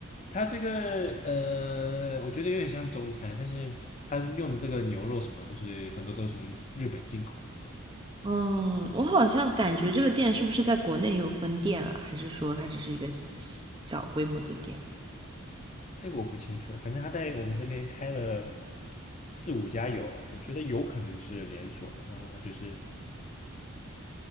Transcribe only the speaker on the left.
它这个呃，我觉得有点像中餐，但是它用的这个牛肉什么都是很多都是从日本进口的这样。
这个我不清楚，反正它在我们这边开了四五家有了，我觉得有可能是连锁的。然后它就是